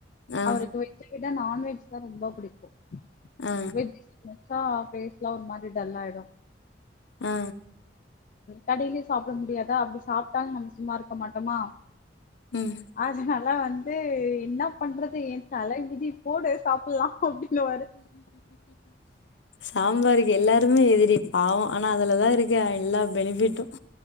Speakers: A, on the left; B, on the left.
A: ஆ
B: அவருக்கு வெஜ்ஜ விட நான்வெஜ் தா ரொம்ப பிடிக்கும்
A: ஆ
B: வெஜ் சா ஃபேஸ்லா ஒரு மாரி டல் ஆயிடு
A: ஆ
B: கடைலயு சாப்ட முடியாதா அப்டி சாப் டாலு நம்ம சும்மா இருக்க மாட்டோமா
A: ம்
B: அதனால் ல வந்து என்னா பண்றது ஏன் தல விதி போடு சாப்புட்லா அப்டின்னுவாரு
A: சாம்பாருக்கு எல்லாருமே எதிரி பாவோ ஆனா அதுலதா இருக்கு எல்லா பெனிஃபிட்டும்